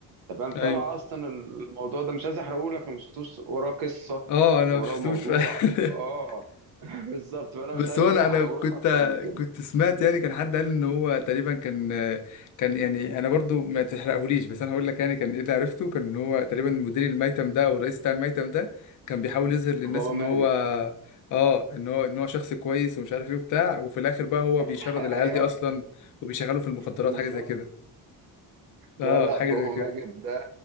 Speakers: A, on the right; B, on the left.
A: تمام طلع
B: ايوه
A: اصلا الموضوع ده مش عايز احرقه لك لو ما شفتوش وراه قصه
B: اه انا
A: وراه
B: ما شفتوش
A: موضوع
B: فعلا
A: اه
B: <laughs>
A: <laughs> بالظبط فانا
B: بس
A: مش عايز
B: هو
A: ايه
B: انا انا
A: احرقه
B: كنت
A: لك اكتر من كده
B: كنت سمعت يعني كان حد قال ان هو تقريبا كان كان يعني انا برضو ما تحرقهوليش بس انا هقول لك يعني كان ايه اللي عرفته كان ان هو تقريبا المدير الميتم ده او الرئيس بتاع الميتم ده كان بيحاول يظهر للناس
A: بابا
B: ان
A: ماجد
B: هو اه ان هو ان هو شخص كويس ومش عارف ايه وبتاع وفي الاخر بقى هو بيشرد
A: <laughs>
B: العيال
A: ايوه
B: دي اصلا وبيشغلوا في المخدرات
A: بالظبط
B: حاجه زي كده اه
A: لا لا
B: حاجه
A: بابا
B: زي كده
A: ماجد ده